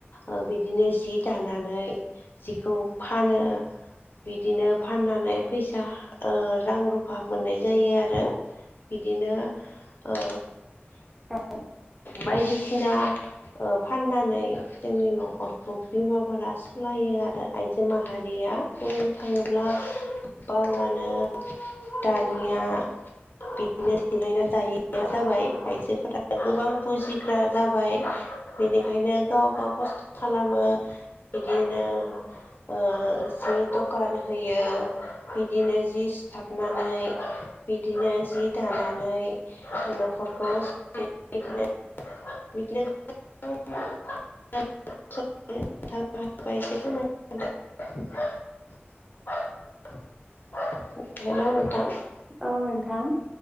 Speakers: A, on the left; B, in the centre.
A: ओ बि दिनो जि दानानै जिखौ फानो बिदिनो फाननानै फैसा ओ रां रुफा मोननाय जायो आरो बिदिनो ओ
B: <unintelligible>
A: बायदिसिना ओ फाननानै जोंनि नखरखौ बिमाफोरा सलायो आरो आइजो माहारि या बुंनो थाङोब्ला गोबाङानो दानिया बिदिनो जिरायना जायैया जाबाय आइजोफोरा गोबां बुजिग्रा जाबाय बेनिखायनो गाव गाव खस्थ' खालामो बिदिनो ओ जि दखान होयो बिदिनो जि सिथाबनानै बिदिनो जि दानानै नख <unintelligible> <unintelligible> एसे <unintelligible> होदो हेल' नोंथां।
B: औ नोंथां